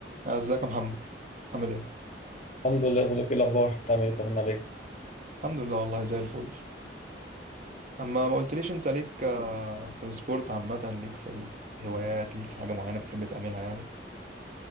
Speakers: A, on the right (about 45°); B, on the left (about 40°).
A: ازيك يا محمد عامل ايه
B: الحمد لله يا صديقي ايه الاخبار بتعمل ايه طمنا عليك
A: الحمد لله والله زي الفل اما ما قلتليش انت ليك آه، في السبورت عامه ليك في الهوايات ليك في حاجه معينه بتحب تعملها يعني